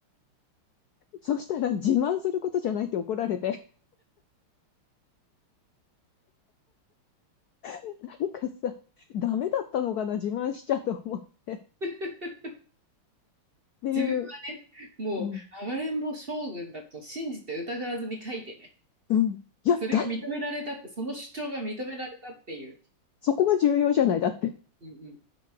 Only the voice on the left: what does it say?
そしたら、自慢することじゃないって怒られて、<laughs> なんかさ、ダメだったのかな、自慢しちゃと思う。っ
ていう、
うん、
うん。いや、
だ、
そこが重要じゃない、だって。